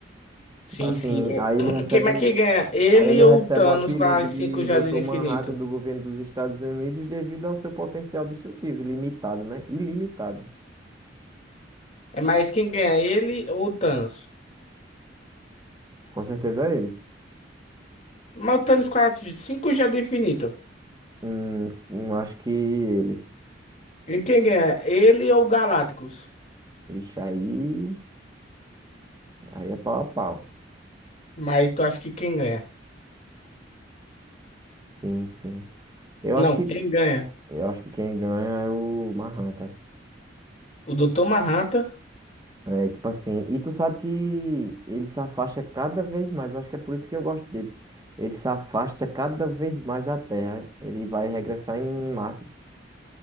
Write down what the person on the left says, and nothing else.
Sim,
sim. É.
<clears throat>
Quem, mas
quem ganha? Ele
ou
o Thanos
com as cinco
joias
do infinito?
É mais quem ganha? Ele ou o Thanos?
Mas o Thanos com as cinco joias do infinito.
E quem ganha? Ele ou o Galactus?
Mas tu acha que quem ganha?
Não,
quem ganha?
O Dr. Manhattan?